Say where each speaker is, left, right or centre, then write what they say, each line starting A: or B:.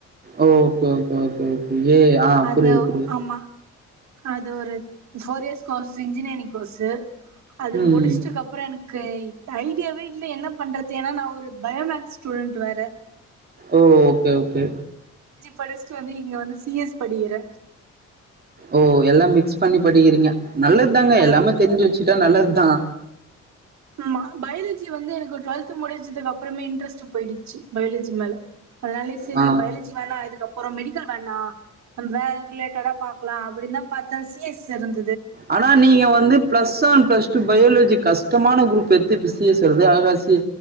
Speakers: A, on the right (about 30°); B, on the right (about 65°).
A: O okay okay okay விஜய்யா ஆ
B: அது
A: புரியுது புரியுது
B: ஆமா அது ஒரு four years course engineering course அது
A: ம்
B: முடிச்சுட்டுக்கு அப்றோ எனக்கு ஐடியாவே இல்ல என்ன பண்றது ஏன்னா நா ஒரு பயோமேக்ஸ் ஸ்டூடெண்டட் வேற
A: ஓ ஓகே ஓகே
B: படிச்ட்டு வந்து இங்க வந்து சி எஸ் படுகிற
A: ஓஓ எல்லாம் மிக்ஸ் பண்ணி படிக்கிறீங்க நல்லது தாங்க
B: அதாவது
A: எல்லாமே தெரிஞ்சு வச்சுகிட்டா நல்ல இருடா
B: ஆ பயாலஜி வந்து எனக்கு டுவெல்த் முடிஞ்சதுக்கு அப்புறமே இன்ட்ரெஸ்ட் போயிடுச்சு பயாலஜி மேல அதனாலே சரி
A: ஆ
B: பயலஜீவ வோனா அதுக்கப்புறம் அப்றோ மெடிக்கல் வேண்டா வேற‌ ரிலேட்டடா பாக்கலா அப்டிதா பாத்தா சி ஸ் இரு
A: ஆனா நீங்க வந்து plus one plus two biology கஷ்டமான குரூப் எடுத்து இப்ப சி எஸ் வருது அதுல